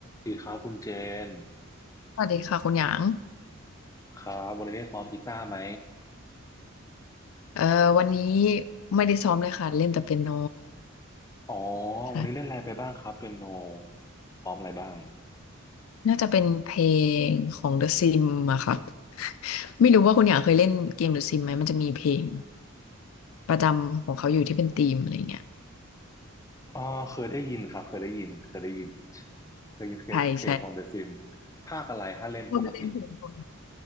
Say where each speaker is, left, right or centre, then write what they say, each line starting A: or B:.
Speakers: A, on the left; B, on the left.
A: ดีครับคุณเจน
B: สวัสดีค่ะคุณหยาง
A: ครับวันนี้ได้ซ้อมกีตาร์ไหม
B: เอ่อวันนี้ไม่ได้ซ้อมเลยค่ะเล่นแต่เปียโน
A: อ๋อ
B: ค่ะ
A: วันนี้เล่นอะไรไปบ้างครับเปียโนซ้อมอะไรบ้าง
B: น่าจะเป็นเพลงของ The Sim อะค่ะ ไม่รู้ว่าคุณหยางเคยเล่นเกม The Sim ไหมมันจะมีเพลงประจำของเขาอยู่ที่เป็นธีมอะไรเงี้ย
A: อ๋อเคยได้ยินครับเคยได้ยินเคยได้ยินเคยยินเพลงของเด
B: ใช่ใช่
A: e s ซิมภาคอะไรถ้าเล่นปกติ
B: ชอบเล่นเพลงคกน